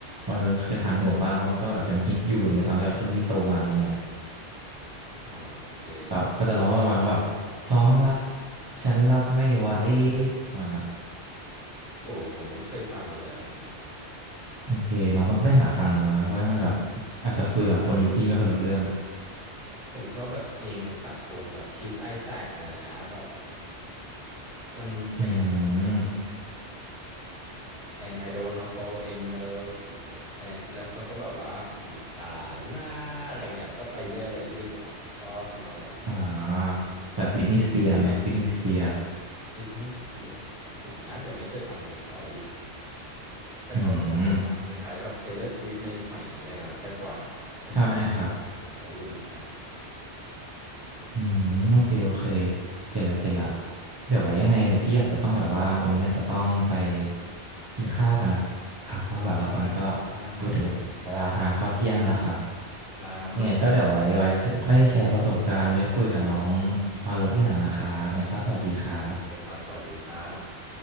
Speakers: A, on the right; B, in the centre.
A: วันนี้เคยผ่านหัวบ้างเพราะมันก็แบบยังฮิตอยู่อะไรเงี้ยตอนที่แบบช่วงที่พี่โตมาอะไรเงี้ย
B: อ่าเกต
A: แบบเขาจะร้องว่าประมาณว่าแบบสองรักฉันรับไม่ไหวประมาณนั้น
B: โอ้ผมไม่เคยฟังเลยอันนี้
A: โอเคน้องต้องไปหาฟังดูแล้วนะ เพราะว่าแบบอาจจะคุยแบบคนยุคพี่ไม่ค่อยรู้เรื่อง
B: ผมชอบแบบเพลงสากลแบบ Kiss Isaac อะไรเงี้ยแบบมันยังไงอะ
A: อืม
B: and I don't wanna fall in love this one and แล้วเขาก็แบบว่าลาลาอะไรเงี้ยก็ไปเรื่อยเลยพี่ผมแบบชอบทำนองวันนี้มากกว่า
A: อ่าแบบบิทนีย์สเปียร์ไหมบิทนีย์สเปียร์
B: Britney Spears ผมน่าจะไม่เคยฟังเพลงเขาดิแต่เขาก็เป็นคนดังคล้ายๆแบบ
A: อืม
B: Taylor Swift ในสมัยนี้เลยนะแต่ก่อนอะผมเคยฟังขาของเขาอยู่เหมือนกัน
A: ใช่ครับอืมโอเคโอเคเก็ตละเก็ตละเดี๋ยวไว้ยังไงเดี๋ยวพี่อาจจะต้องแบบว่าวันนี้อาจจะต้องไปกินข้าวกันนะครับเพราะว่าแบบว่าตอนนี้ก็
B: อ๋อได้ครับได้ครับ
A: ไปถึงเวลาทานข้าวเที่ยงแล้วครับ
B: ได้ครับไว้ยังไงปรับ
A: ยังไงก็เดี๋ยวไว้ไว้ค่อยแชร์ประสบการณ์ไว้คุยกับน้องมาโลที่หลังนะครับยังไงก็สวัสดีครับ
B: เลยครับสวัสดีครับ